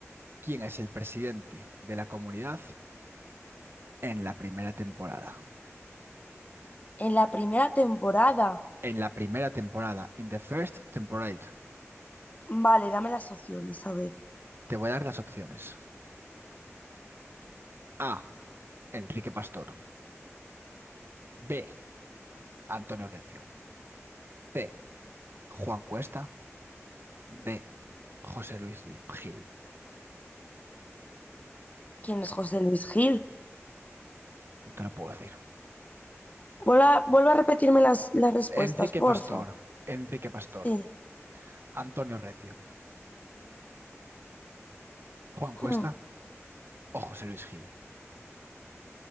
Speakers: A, on the right (about 50°); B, on the left (about 30°).
A: ¿Quién es el presidente de la comunidad en la primera temporada?
B: En la primera temporada.
A: En la primera temporada, in the first temporada,
B: Vale, dame las opciones, a ver.
A: te voy a dar las opciones. A. Enrique Pastor. B. Antonio Recio. C. Juan Cuesta. D. José Luis Li- Gil.
B: ¿Quién es José Luis Gil?
A: No Te lo puedo decir.
B: Vuelva, vuelve a repetirme las, las respuestas,
A: Enrique
B: porfa.
A: Pastor. Enrique Pastor.
B: Sí.
A: Antonio Recio. Juan
B: Hmm.
A: Cuesta o José Luis Gil.